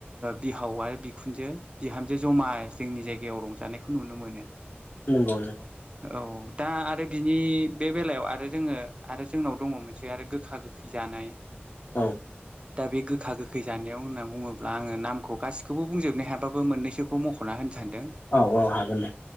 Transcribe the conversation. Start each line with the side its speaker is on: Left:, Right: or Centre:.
Right: बिहाव आरो बिखुनजो बिहामजो ज'मा जोंनि जायगायाव रंजानायखौ नुनो मोनो।
Left: नंगौ नोंथां
Right: औ दा आरो बिनि बे बेलायाव आरो जोङो आरो जोंनाव दङ मोनसे आरो गोखा गोख खै जानाय।
Left: औ
Right: दा बे गोखा गोखै जानायाव होनना बुङोब्ला आङो नामखौ गासिखौबो बुंजोबनो हायाबाबो मोननैसोखौ मख'ना होनो सान्दों
Left: औ औ हागोन दे